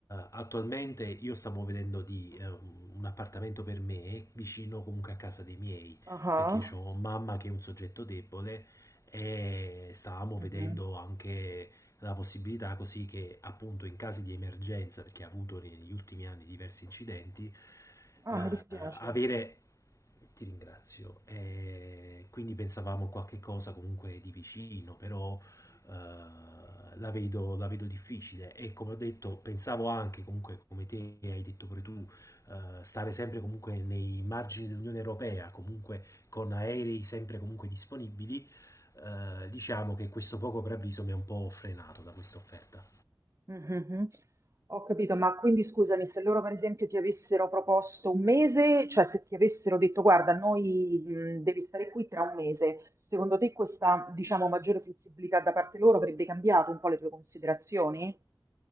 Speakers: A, on the left; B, on the right.
A: attualmente io stavo vedendo di eh, un appartamento per me vicino comunque a casa dei miei
B: Ah,
A: perché
B: ah,
A: ho mamma che è un soggetto debole e stavamo
B: mhm.
A: vedendo anche la possibilità così che appunto in caso di emergenza perché ha avuto negli ultimi anni diversi incidenti
B: Ah,
A: eh,
B: mi dispiace.
A: avere ti ringrazio. Eh, quindi pensavamo qualche cosa comunque di vicino, però eh, la vedo, la vedo difficile. E come ho detto, pensavo anche comunque, come te hai detto pure tu, eh, stare sempre comunque nei margini dell'Unione Europea, comunque con aerei sempre comunque disponibili. eh, diciamo che questo poco preavviso mi ha un po' frenato da questa offerta.
B: Mhm. Ho capito, ma quindi scusami, se loro per esempio ti avessero proposto un mese, cioè se ti avessero detto guarda, noi mh, devi stare qui tra un mese, secondo te questa, diciamo, maggiore flessibilità da parte loro avrebbe cambiato un po' le tue considerazioni?